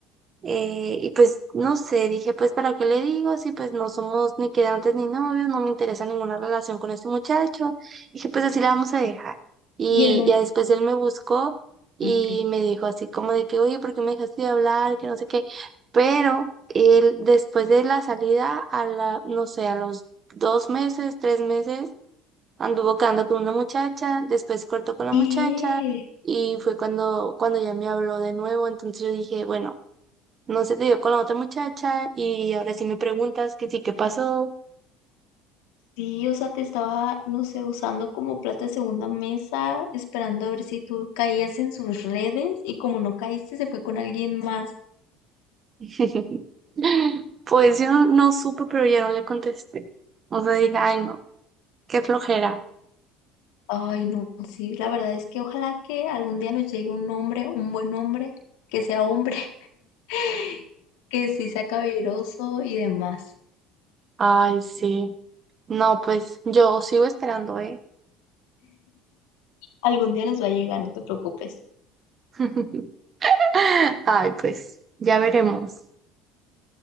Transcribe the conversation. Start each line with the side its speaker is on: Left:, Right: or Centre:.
Right: Eh, y pues no sé, dije pues ¿para qué le digo? Si pues no somos ni quedantes ni novios, no me interesa ninguna relación con este muchacho. Dije pues así la vamos a dejar. Y
Left: Y él nunca,
Right: ya después él me buscó y
Left: ok.
Right: me dijo así como de que, oye, ¿por qué me dejaste de hablar? Que no sé qué. Pero él después de la salida, a la, no sé, a los dos meses, tres meses Anduvo quedando con una muchacha, después cortó con la
Left: Y
Right: muchacha y fue cuando, cuando ya me habló de nuevo. Entonces yo dije, bueno, no se te dio con la otra muchacha y ahora sí me preguntas que sí, ¿qué pasó?
Left: sí, o sea, te estaba, no sé, usando como plata de segunda mesa, esperando a ver si tú caías en sus redes y como no caíste, se fue con alguien más.
Right: <laughs> Pues yo no, no supe, pero ya no le contesté. O sea, dije, ay, no, qué flojera.
Left: Ay, no, sí, la verdad es que ojalá que algún día nos llegue un hombre, un buen hombre, que sea hombre, <laughs> que sí sea caballeroso y demás.
Right: Ay, sí. No, pues yo sigo esperando, ¿eh?
Left: Algún día nos va a llegar, no te preocupes.
Right: <laughs> Ay, pues ya veremos.